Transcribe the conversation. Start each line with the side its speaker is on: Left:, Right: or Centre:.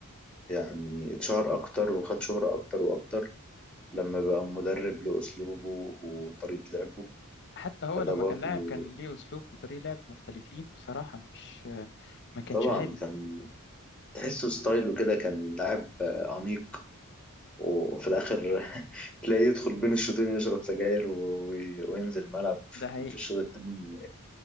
Centre: يعني اتشهر اكتر وخد شهره اكتر واكتر لما بقى مدرب لاسلوبه وطريقه لعبه
Left: حتى هو
Centre: فده
Left: لما
Centre: برضه
Left: كان لاعب كان ليه اسلوب وطريقة لعب مختلفين بصراحة مش آه، ما كانش
Centre: طبعا
Left: عادي
Centre: كان تحسه ستايله كده كان لاعب آه، أنيق وفي الاخر <laughs> تلاقيه يدخل بين الشوطين يشرب سجاير و- وينزل الملعب
Left: ده حقيقي
Centre: في الشوط الثاني